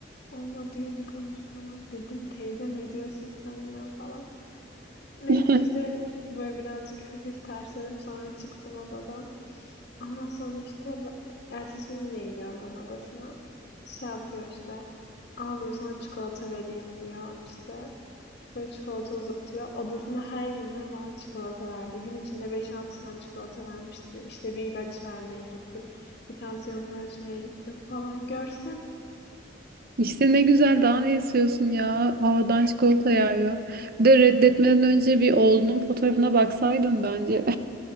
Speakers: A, on the left; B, on the right.
A: Onunla diyor bir konuş falan. Dedim teyze ne diyorsun sen ya falan. Neyse
B: <laughs>
A: işte böyle birazcık <laughs> hafif tersledim. Sonra çıktım odadan. Ondan sonra işte b- ertesi gün yine gidiyorum onun odasına. Şey yapıyor işte. Al diyor sana çikolata vereyim diyor işte. Böyle çikolata uzatıyor. Odasına her girmeye bana çikolata verdi. Gün içinde beş altı tane çikolata vermişti. İşte bir ilaç vermeye gittim. Bir tansiyonunu ölçmeye gittim falan. Görsem
B: İşte ne güzel daha ne istiyorsun ya? Havadan çikolata yağıyor. Bir de reddetmeden önce bir oğlunun fotoğrafına baksaydın bence.